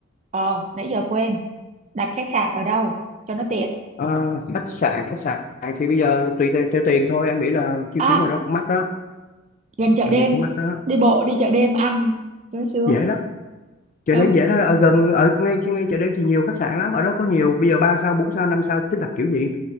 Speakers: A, on the right; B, on the left.
A: ờ nãy giờ quên đặt khách sạn ở đâu cho nó tiện
B: ờ, khách sạn khách sạn thì bây giờ tùy theo, theo tiền thôi em nghĩ là chi
A: à
B: phí ngoài đó cũng mắc đó
A: gần chợ
B: làm
A: đêm
B: việc cũng mắc đó
A: đi bộ đi chợ đêm ăn cho nó sướng
B: dễ lắm chợ
A: ừ
B: đêm dễ đó ở gần ở ngay ngay chợ đêm thì nhiều khách sạn lắm ở đó có nhiều bây giờ ba sao bốn sao năm sao thích đặt kiểu gì